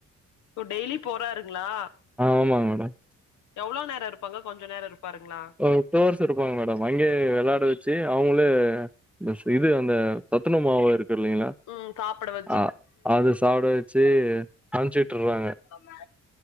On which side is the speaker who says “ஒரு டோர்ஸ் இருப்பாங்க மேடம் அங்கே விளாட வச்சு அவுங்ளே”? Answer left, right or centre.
Centre